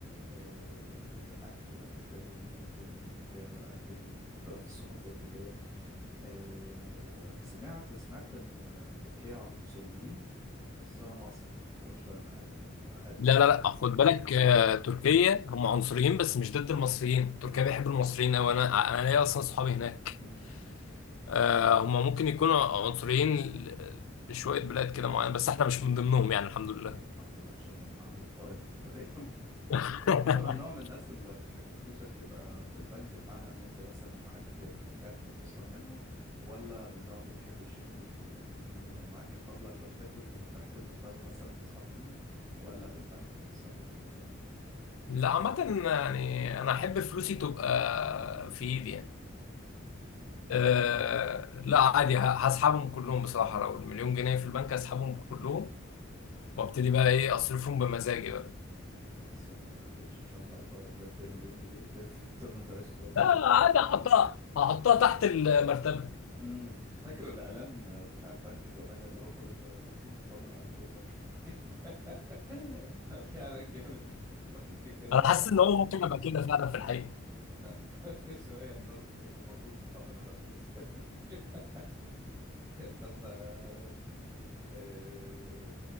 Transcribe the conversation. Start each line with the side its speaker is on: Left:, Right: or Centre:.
Right: آه، اكل اكل فيها جميل جدا فيها اكل من مختلف الثقافات وكده آه، سمعت سمعت ان آه، تركيا عنصريين بس انا مصري فالموضوع مش فارق معايا فاهم لا، هات
Left: لا
Right: هات
Left: لا
Right: اخر
Left: لا خد
Right: <laughs>
Left: بالك آه، تركيا هم عنصريين بس مش ضد المصريين تركيا بيحب المصريين أوي أنا أنا ليا أصلا صحابي هناك
Right: أمم.
Left: آه، هم ممكن يكونوا عنصريين ل- لشوية بلاد كده معينة بس احنا مش من ضمنهم يعني الحمد لله
Right: طيب الحمد لله اتشلنا من على القائمة <laughs> طيب
Left: <laughs>
Right: انت من نوع من الناس اللي بتحب فلوسك تبقى في البنك بمعنى ان انت مثلا معاك آه، كارت بتسحب منه ولا من النوع اللي بيحب يشيل فلوسه في البيت يعني لو معاك المبلغ ده تحبه يكون تحت المرتبة مثلا تسحب منه ولا في البنك وبتسحب منه بالكارت
Left: لا عامة يعني أنا أحب فلوسي تبقى في إيدي يعني آه لا عادي ه- هسحبهم كلهم بصراحة لو المليون جنيه في البنك هسحبهم كلهم وابتدي بقى ايه اصرفهم بمزاجي بقى
Right: مم، حاسس ان تمشي بشنطه على ظهرك فاهم فيها مليون جنيه <laughs> ت- طول ما انت ماشي توزع
Left: لا
Right: رزم
Left: عادي هحطها هحطها تحت المرتبة
Right: مم، فاكر الاعلان بتاع البنك زمان اللي هو كل شويه ما تقوم تطمن على فلوسك <laughs> كان في اعلان جامد بتاع بنك كده
Left: انا حاسس ان هو ممكن ابقى كده فعلا في الحقيقة
Right: <laughs> كل شويه مراته تقول له ما تقوم تطمن على فلوسك <laughs> طب آه، آه،